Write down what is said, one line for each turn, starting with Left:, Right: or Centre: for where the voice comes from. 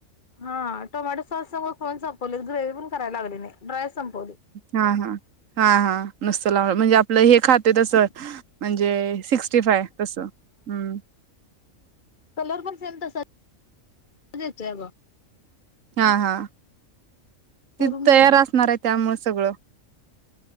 Left: हा टोमॅटो सॉस सगळं खन सापवलेत ग्रेवी पण कराय लागली नाय ड्राय संपवली.
Right: हा हा हा हा नस्त म्हणजे आपलं हे खाते तसं
Left: फा
Right: म्हणजे सिक्स्टी फाय तसं हम्म
Left: कलर पण सेम बजचे गो
Right: हा हा
Left: करून
Right: तिथ तयार
Left: बघ
Right: असणार आहे त्यामुळे सगळं